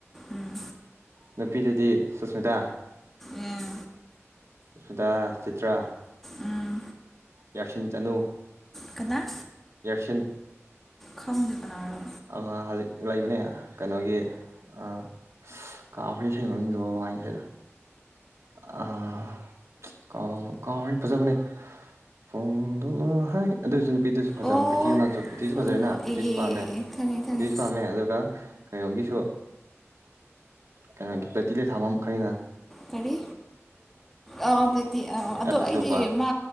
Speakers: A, in the centre; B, on the right.
A: ꯎꯝ
B: ꯅꯨꯄꯤꯗꯨꯗꯤ ꯁꯨꯁꯃꯤꯇꯥ
A: ꯑꯦ
B: ꯑꯇꯥ ꯆꯤꯇ꯭ꯔꯥ
A: ꯎꯝ
B: ꯌꯥꯔꯁꯤꯟ ꯆꯅꯨ
A: ꯀꯗꯥ
B: ꯌꯥꯔꯁꯤꯟ
A: ꯈꯪꯗꯗꯅꯔꯣ
B: ꯑ ꯍꯧꯖꯤꯛ ꯂꯩꯕꯅꯦ ꯀꯩꯅꯣꯒꯤ ꯑ ꯑꯁ ꯀꯥꯎꯈ꯭꯭ꯔꯦ ꯏꯁꯩ ꯃꯃꯤꯡꯗꯣ ꯋꯥꯏꯅꯤ ꯁꯗ ꯑ ꯀꯥꯎ ꯀꯥꯎ ꯍꯥꯏ ꯐꯖꯕꯅꯦ ꯐꯣꯡꯗꯣꯂ ꯍꯥꯏ ꯑꯗꯨꯁꯨ ꯅꯨꯄꯤꯗꯨꯁꯨ ꯐꯖꯕꯅꯦ
A: ꯑꯣ
B: ꯄ꯭ꯔꯤꯊꯤꯅꯥꯝꯁꯨ ꯄ꯭ꯔꯤꯊꯤꯁ
A: ꯄꯨꯡ
B: ꯐꯖꯔꯦꯅ
A: ꯑꯣ
B: ꯄ꯭ꯔꯤꯇꯤꯁ
A: ꯑꯦ ꯑꯦ
B: ꯄꯥꯝꯃꯦ
A: ꯑꯦ ꯑꯦ ꯈꯪꯉꯦ ꯈꯪꯉꯦ
B: ꯄ꯭ꯔꯤꯇꯤꯁ ꯄꯥꯝꯃꯦ ꯑꯗꯨꯒ ꯀꯩꯅꯣꯒꯤꯁꯨ ꯀꯩꯅꯣꯒꯤ ꯇꯇꯤꯂ ꯊꯥꯐꯝ ꯃꯈꯩꯅ
A: ꯀꯔꯤ ꯑ ꯄ꯭ꯂꯦꯇꯤ ꯑꯥ ꯑꯗꯣ
B: ꯑꯗꯨꯁꯨ
A: ꯑꯩꯗꯤ
B: ꯄꯥꯝ
A: ꯃꯥ